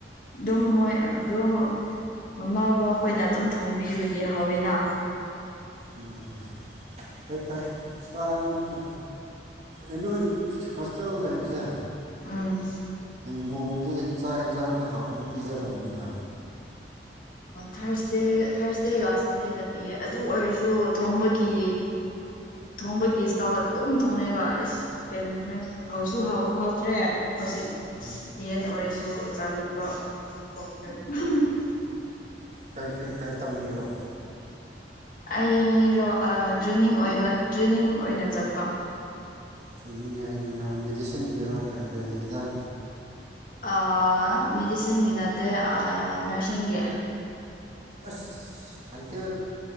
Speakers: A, on the left; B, on the right.
A: ꯑꯗꯨꯝ ꯃꯣꯏ ꯑꯗꯨꯝ ꯃꯃꯥ ꯕꯕꯥ ꯈꯣꯏꯅ ꯑꯗꯨꯝ ꯊꯣꯡꯕꯤꯕꯒꯤ ꯍꯥꯎꯋꯤꯅ
B: ꯎꯝ ꯐꯩ ꯐꯩ ꯆꯥꯝꯅ ꯑ ꯅꯣꯏ ꯍꯣꯁꯇꯦꯜ ꯂꯩꯕꯁꯦ
A: ꯎꯝ
B: ꯅꯣꯡꯃꯗꯤ ꯆꯥꯛ ꯍꯦꯟꯖꯥꯡꯗꯤ ꯍꯥꯎꯅ ꯄꯤꯖꯔꯝꯅꯤꯗ
A: ꯊꯥꯔꯁꯗꯦ ꯊꯥꯔꯁꯗꯦꯒ ꯁꯟꯗꯦꯗ ꯄꯤꯌꯦ ꯑꯗꯨ ꯑꯣꯏꯔꯁꯨ ꯊꯣꯡꯕꯒꯤ ꯊꯣꯡꯕꯒꯤ ꯏꯁꯇꯥꯜꯗ ꯑꯗꯨꯝ ꯊꯣꯡꯉꯦꯕ ꯑꯁ ꯍꯧꯁꯨ ꯍꯧꯇ꯭ꯔꯦ ꯍꯧꯖꯤꯛ꯫
B: ꯎꯝ
A: ꯌꯦꯟ ꯑꯣꯏꯔꯁꯨ ꯆꯥꯅꯤꯡꯕ ꯄꯣꯛꯇ꯭ꯔꯦ <unintelligible>
B: ꯀꯩ ꯀꯩ ꯇꯝꯃꯤꯔꯣ꯫
A: ꯑꯩꯔꯣ ꯇ꯭ꯔꯦꯅꯤꯡ ꯑꯣꯏꯕ ꯇ꯭ꯔꯦꯅꯤꯡ ꯑꯣꯏꯅ ꯆꯠꯄ
B: ꯆꯣꯏꯅꯤꯡꯉꯥꯏ ꯍꯥꯏꯅ ꯃꯦꯗꯤꯁꯤꯟꯒꯤꯔꯥ ꯀꯩ ꯀꯩ ꯍꯤꯗꯥꯛ
A: ꯑ ꯃꯦꯗꯤꯁꯤꯟꯒꯤ ꯅꯠꯇꯦ ꯑ ꯅꯔꯁꯤꯡꯒꯤ꯫
B: ꯑꯁ ꯐꯩꯀꯣ